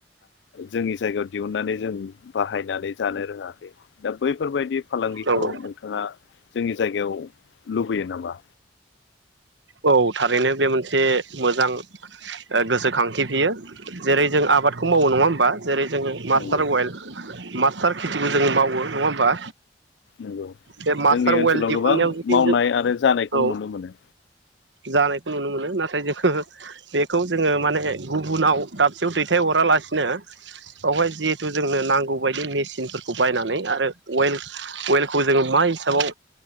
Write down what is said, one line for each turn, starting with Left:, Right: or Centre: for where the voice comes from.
Left: जोंनि जायगायाव दिहुनन्नानै जों बाहायनानै जानो रोङाखै दा बैफोरबायदि फालांगिखौ
Right: नंगौ
Left: नोंथाङा जोंनि जायगायाव लुबैयो नामा?
Right: औ थारैनो बे मोनसे मोजां गोसोखांथि बियो जेरै जों आबादखौ मावो नङा होमबा? जेरै जोङो मास्टार
Left: नंगौ
Right: वयेल हासार खेथिखौ जों मावो नङा होमबा?
Left: नंगौ
Right: बे मास्टार
Left: जोंनि
Right: अइेल
Left: ओनसोलाव
Right: दिहुननायाव
Left: गोबां
Right: जुदि
Left: मावनाय
Right: जों
Left: आरो जानायखौ
Right: औ
Left: नुनो मोनो।
Right: जानायखौ नुनो मोनो नाथाय जोङो बेखौ जोङो माने गुबुनाव दाबसेयाव दैथायहरालासिनो बावहाय जिहेथु जोंनो नांगौ बायदि मेसिनफोरखौ बायनानै आरो अवेल अवेलखौ जोङो मा हिसाबाव